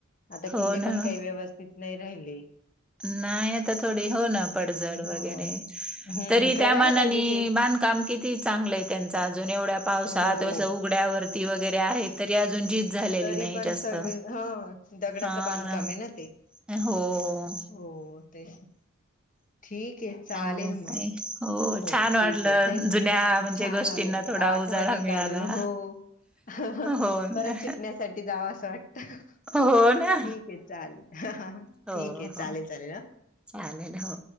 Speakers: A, on the left; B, in the centre.
A: आता
B: हो
A: किल्ले
B: ना.
A: पण काही व्यवस्थित नाही राहिले.
B: नाही आता थोडी हो, ना पडझड
A: हो
B: वगैरे
A: हम्म
B: तरी
A: करायला
B: त्या मानानी
A: पाहिजे ते
B: बांधकाम किती चांगलंय, त्यांच अजून एवढ्या पावसात
A: हो
B: उघड्या वरती वगैरे आहेत तरी अजून झीज झालेली
A: तरी
B: नाही,
A: पण
B: जास्त
A: सगळे ह दगडाचं
B: हा
A: बांधकाम
B: ना.
A: आहे ते
B: हो अ.
A: हो, ते. ठीक आहे चालेल,
B: हो
A: मग
B: ताई
A: हो
B: छान वाटलं
A: ठीक आहे थँक
B: जुन्या
A: यू
B: म्हणजे
A: छान!
B: गोष्टींना
A: वाटल
B: थोडा उजाळा
A: <unintelligible>
B: मिळाला
A: काढून हो अह ह
B: हो
A: परत
B: ना
A: <unintelligible> शिकण्यासाठी जाव असं वाटत.
B: हो ना
A: ठीक ये चालेल, अह हा हा
B: हो
A: ठीक ये
B: हो
A: चालेल चालेल हा.
B: चालेल हो